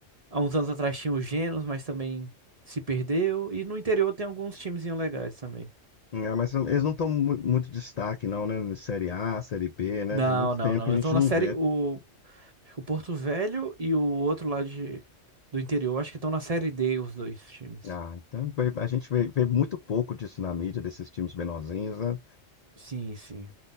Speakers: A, on the right; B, on the left.
A: Há uns anos atrás tinha o Genos, mas também se perdeu. E no interior tem alguns timezinhos legais também.
B: É, mas eles não estão muito destaque, não, né? Série A, Série B, né?
A: Não,
B: Tem muito
A: não,
B: tempo
A: não.
B: que a
A: Eu
B: gente
A: tô na
B: não
A: série.
B: vê.
A: O, o Porto Velho e o outro lá de, do interior, acho que estão na série D, os dois times.
B: Ah, então vê- a gente vê, vê muito pouco disso na mídia, desses times menorzinhos, né?
A: Sim, sim.